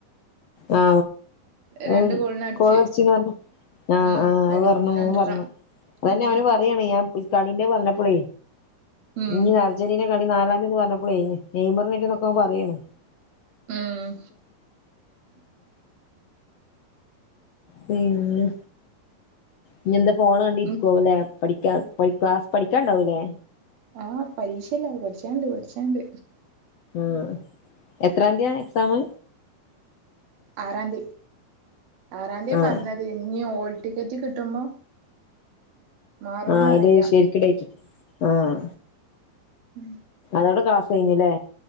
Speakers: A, on the left; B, on the right.
A: ആ
B: രണ്ട്
A: അഹ്
B: ഗോളിന് അടിച്ച്
A: ഗോളടിച്ചിന്ന് പറഞ്ഞ് ആഹ്
B: ഉം
A: ആഹ് അഹ് പറ്ഞ്ഞു
B: രണ്ടെണ്ണം
A: മോംപറഞ്ഞു അതന്നെ
B: ഉം
A: ഓന് പറയാണേ ആ ഫി കളിന്റെ പറഞ്ഞപ്പളേ
B: ഉം
A: ഇഞ്ഞ് അർജന്റീനന്റെ കളി നാളെ ന്ന് പറഞ്ഞപ്പളേ നെയ്മറ് <unintelligible> ഓൻ പറയാണ്
B: ഉം
A: പിന്നെ ഇഞ്ഞന്താ ഫോണ് കണ്ട്‌രിക്കാവുല്ലേ
B: ഉം
A: പഠിക്കാ പഠിക്കാ പഠിക്കാണ്ടാവൂലേ?
B: ആഹ പരീക്ഷല്ലേ പഠിച്ചാണ്ട് പഠിച്ചാണ്ട്
A: ആ എത്രാന്തിയാണെക്സാമ്?
B: ആറാന്തീ ആറാംതിയ
A: ആഹ
B: പറഞ്ഞത് ഇഞ്ഞ് ഓൾ ടിക്കറ്റ് കിട്ടുമ്പോ മാറോന്ന്
A: ആഹ അയില്
B: അറിയില്ല
A: ശെരിക്ക് ടെയിറ്റ്‌ <inaudible> ആഹാ
B: ഉം
A: അതോടെ ക്ലാസ്സ് കയ്ഞ്ഞ്ലേ?